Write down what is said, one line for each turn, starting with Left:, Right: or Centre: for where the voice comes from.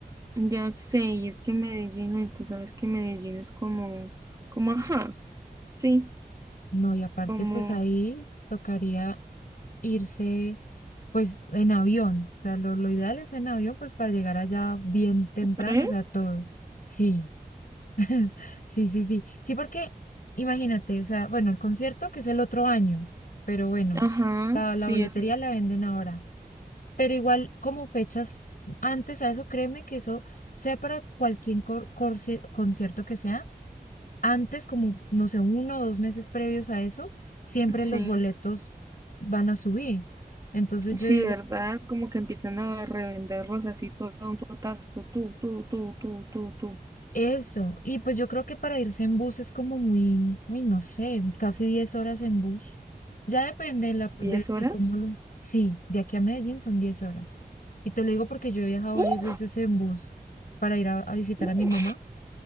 Right: Ya sé, y es que Medellín, y tú sabes que Medellín es como, como, ajá, sí,
Left: No, y aparte,
Right: como,
Left: pues ahí tocaría irse, pues en avión. O sea, lo, lo ideal es en avión, pues para llegar allá bien temprano,
Right: ¿tú crees?
Left: o sea, todo. Sí, <laughs> sí, sí, sí. Sí, porque imagínate, o sea, bueno, el concierto que es el otro año, pero bueno,
Right: Ajá,
Left: la,
Right: sí,
Left: la boletería
Right: es
Left: la venden ahora. Pero igual, como fechas antes a eso, créeme que eso sea para cualquier cor- corci- concierto que sea antes, como, no sé, uno o dos meses previos a eso, siempre
Right: sí,
Left: los boletos van a subir. Entonces yo
Right: sí,
Left: digo,
Right: ¿verdad? Como que empiezan a revenderlos así todo a un totazo, tú, tú, tú, tú, tú, tú,
Left: eso. Y pues yo creo que para irse en bus es como muy, muy, no sé, casi 10 horas en bus. Ya depende de, la,
Right: ¿diez
Left: de,
Right: horas?
Left: de cómo lo... Sí, de aquí a Medellín son 10 horas. Y te lo digo porque yo he viajado
Right: ¡Uf!
Left: varias veces en bus para ir a, a visitar
Right: ¡Uf!
Left: a mi mamá